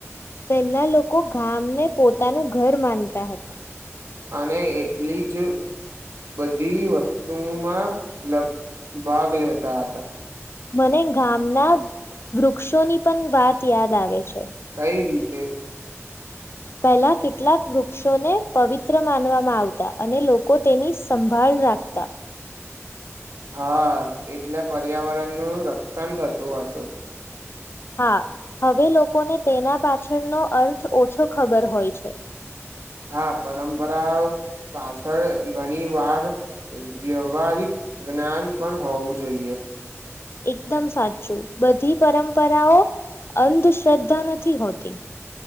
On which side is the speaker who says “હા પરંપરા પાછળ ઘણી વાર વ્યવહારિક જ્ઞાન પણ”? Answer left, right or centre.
Right